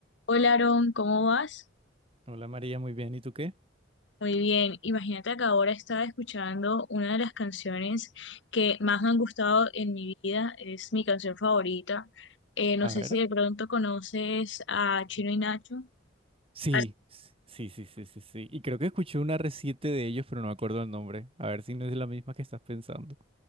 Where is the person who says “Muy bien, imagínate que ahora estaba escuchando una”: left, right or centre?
Left